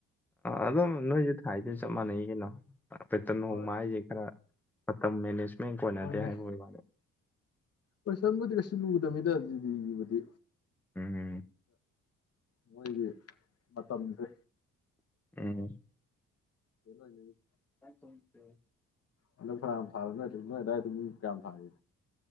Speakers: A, in the centre; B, on the left (about 55°).
A: ꯑꯗꯨꯝ ꯅꯣꯏꯁꯨ ꯊꯥꯏꯗꯨ ꯆꯞ ꯃꯥꯟꯅꯩ ꯀꯩꯅꯣ ꯄꯦꯇ꯭ꯔꯟ
B: ꯍꯣꯏ
A: ꯍꯣꯡꯕ ꯍꯥꯏꯁꯦ ꯈꯔ ꯃꯇꯝ ꯃꯦꯅꯦꯖ ꯀꯣꯟꯅꯗꯦ
B: ꯍꯣꯏꯅꯦ
A: ꯍꯥꯏꯕꯩ ꯋꯥꯅꯤ
B: ꯀꯣꯏꯁꯟꯕꯨꯗꯤ ꯀꯩꯁꯨ ꯂꯨꯗꯕꯅꯤꯗ ꯖꯤꯗꯤꯒꯤꯕꯨꯗꯤ
A: ꯎꯝꯝ
B: ꯃ‌ꯣꯏꯒꯤ ꯃꯇꯝꯁꯦ
A: ꯎꯝ
B: <inaudible>
A: <inaudible>
B: ꯑꯗꯨꯝ ꯐꯅꯌꯥꯝ ꯐꯥꯔ ꯅꯣꯏ ꯗꯥꯏꯗꯣ ꯃꯤ ꯀꯌꯥꯝ ꯊꯥꯒꯦ